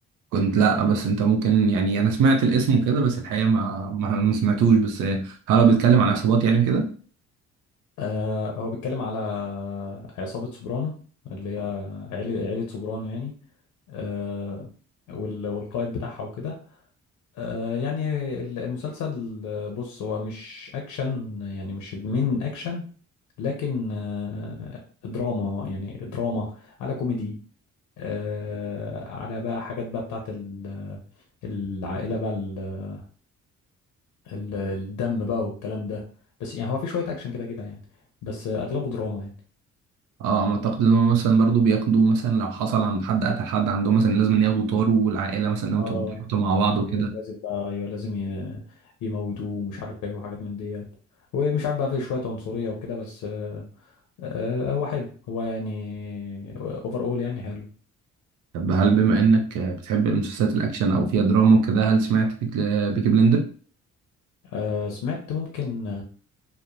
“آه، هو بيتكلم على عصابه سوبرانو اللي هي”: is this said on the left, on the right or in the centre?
Left